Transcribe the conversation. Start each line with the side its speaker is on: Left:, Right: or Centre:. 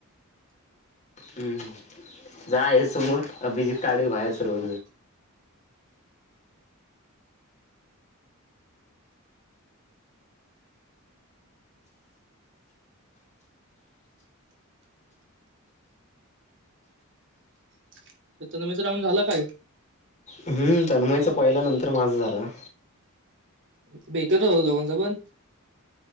Left: हम्म जा आहे, समोर अभिजीत काढवे बाहेर सर्व
Right: <unintelligible> झाला काय
Left: हम्म तन्मयच पहिल नंतर माझं झालं ह
Right: <unintelligible> बेकत होत दोघांच पण